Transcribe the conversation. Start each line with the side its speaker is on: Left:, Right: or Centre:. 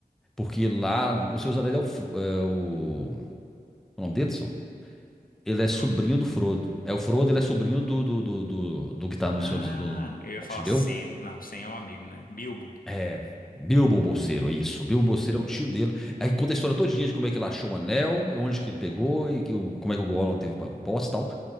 Centre: Porque lá no Senhor dos Anéis é o, F- é o, o nome dele, Edson? Ele é sobrinho
Left: Frodo.
Centre: do Frodo. É o Frodo, ele é sobrinho do do, do, do, do que tá no
Left: Ah,
Centre: Senhor dos no,
Left: eu ia
Centre: Hobbit,
Left: falar
Centre: entendeu?
Left: Sam. Não, Sam é o amigo, né? Bilbo.
Centre: É, Bilbo Bolseiro, é isso. Bilbo Bolseiro é o tio dele. Aí conta a história todinha de como é que ele achou o anel, onde que ele pegou e que o- como é que o Gollum teve pra posse e tal.